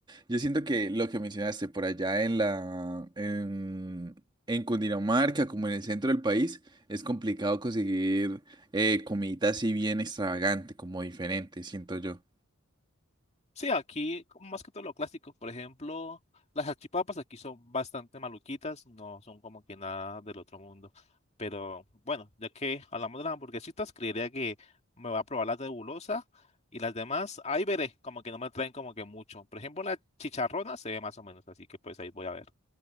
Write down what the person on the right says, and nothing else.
yo siento que lo que mencionaste por allá en la, en, en Cundinamarca, como en el centro del país, es complicado conseguir eh, comidita así bien extravagante, como diferente, siento yo.